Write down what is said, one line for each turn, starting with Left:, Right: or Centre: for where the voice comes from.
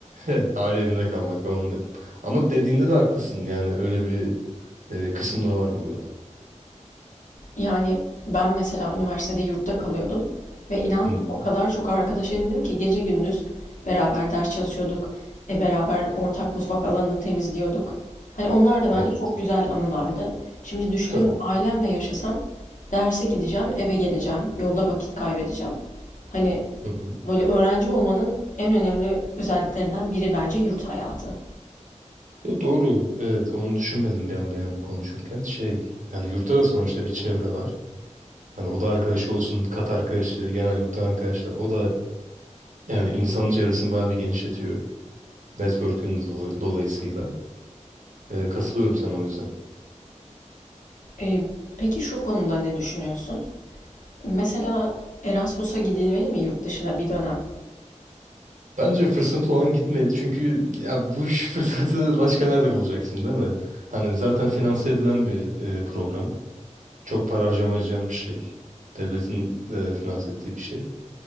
Right: <laughs> aile evinde kalmak ben onu derim. Ama dediğinde de haklısın yani öyle bir e, kısım da var burada.
Left: Yani, ben mesela üniversitede yurtta kalıyordum ve inan
Right: Hı hı.
Left: o kadar çok arkadaş edindim ki gece gündüz beraber ders çalışıyorduk, e, beraber ortak mutfak alanını temizliyorduk. Hani onlar da bence
Right: Evet
Left: çok güzel anılardı. Şimdi düşünüyorum
Right: tabii.
Left: ailemle yaşasam derse gideceğim, eve geleceğim, yolda vakit kaybedeceğim. Hani
Right: Hı hı.
Left: böyle öğrenci olmanın en önemli özelliklerinden biri bence yurt hayatı.
Right: Ya doğru evet onu düşünmedim ben bir an konuşurken şey yani yurtta da sonuçta bir çevre var. Hani oda arkadaşı olsun, kat arkadaşı, genel yurttan arkadaşlar. O da yani insanın çevresini bayağı bir genişletiyor. Network'ün de dola- dolayısıyla. Ee, katılıyorum sana o yüzden.
Left: E, peki şu konuda ne düşünüyorsun? Mesela Erasmus'a gidilmeli mi yurt dışına bir dönem?
Right: Bence fırsatı olan gitmeli. Çünkü ya bu iş <laughs> fırsatı başka nerede bulacaksın değil mi? Hani zaten finanse edilen bir e, program. Çok para harcamayacağın bir şey. Devletin de finanse ettiği bir şey.